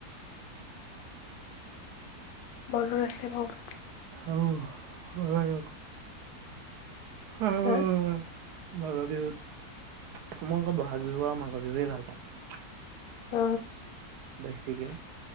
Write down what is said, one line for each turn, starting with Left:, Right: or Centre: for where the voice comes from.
Left: বনৰ <unintelligible> আছে মোক
Right: অ' হয়। উ <unintelligible>
Left: হা
Right: মাঘৰ বিহুত মই অকল বহাগ বিহু আৰু মাঘৰ বিহুৱেই ভাল পাওঁ।
Left: অ
Right: বেছিকে।